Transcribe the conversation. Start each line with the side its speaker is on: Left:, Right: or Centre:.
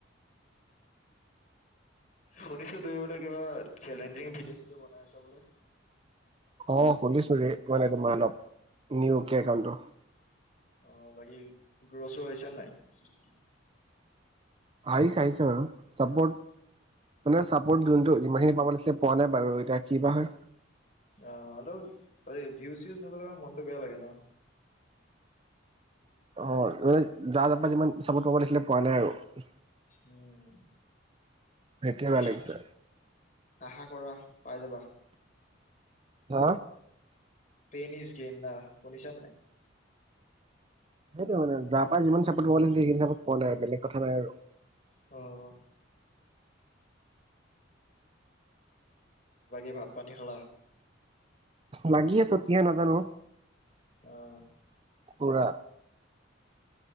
Left: শুনিছো দুই বোলে কিবা চেলেঞ্জিং ভিডিঅ' ভিডিঅ' বনাই আছা বোলে।
Right: অ' শুুনিছো মানে তোমাৰ অলপ নিউ কে একাউন্টত টো
Left: অ' বাকী গুৰ চুৰ হৈছে নাই?
Right: আহিছে, আহিছে আৰু চাপৰ্ট মানে চাপৰ্ট যোনটো যিমানখিনি পাব লাগিছিল। এতিয়া পোৱা নাই বাৰু এতিয়া কি বা হয়।
Left: অ' আৰু ভিউজ চিউজ নগলে ম মনতটো বেয়া লাগে ন।
Right: অ' ম যা যাৰা যিমান চাপৰ্ট আছিলে পোৱা নাই, আৰু
Left: উম,
Right: সেইটোৱে বেয়া
Left: আশা
Right: লাগিছে
Left: আশা কৰা পাই যাবা।
Right: হা
Left: পেনিছ ইচগেন ন শুনিছানে নাই।
Right: সেইটো মানে যাৰ পৰা যিমান চাপৰ্ট পাব লাগিছিলে। সেই বিলাকত পোৱা নাই বেলেগ কথা নাই আৰু
Left: অ'অ' বাকী ভাত পানী খালা।
Right: লাগি আছে কি হয় নাজানো।
Left: অ'
Right: পুৰা